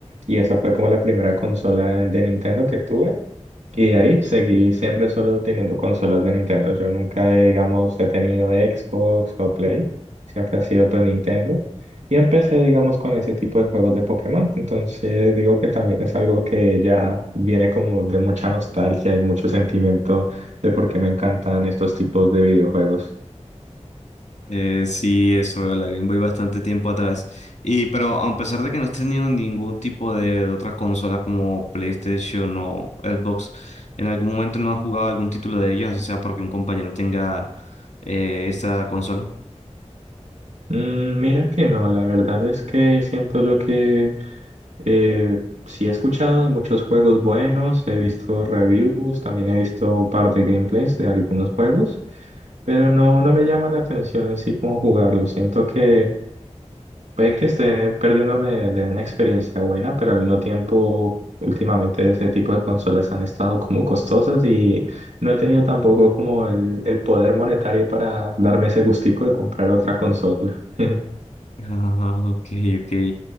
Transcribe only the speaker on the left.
Eh, sí, eso, la Game Boy bastante tiempo atrás. Y pero a pesar de que no has tenido ningún tipo de, de otras consolas como PlayStation o Xbox, ¿en algún momento no has jugado algún título de ellos, así sea porque un compañero tenga eh, esta consola? <laughs>
Ah, ok, ok.